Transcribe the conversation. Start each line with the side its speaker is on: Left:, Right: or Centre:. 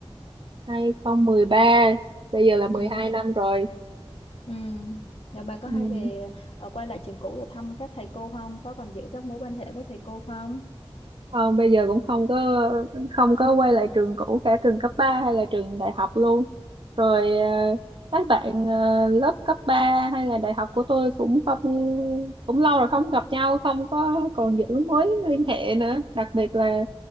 Right: hai không mười ba bây giờ là mười
Left: Ừ.
Right: hai năm rồi
Left: Ừ. Rồi bà có
Right: Ừ,
Left: hay về ờ, quay lại trường cũ để thăm các thầy cô không? Có còn giữ các mối quan hệ với thầy cô không?
Right: Không, bây giờ cũng không có không có quay lại trường cũ cả trường cấp 3 hay là trường đại học luôn. Rồi ờ, các bạn ờ, lớp cấp 3 hay là đại học của tôi cũng không cũng lâu rồi không gặp nhau, không có còn giữ mối liên hệ nữa. Đặc biệt là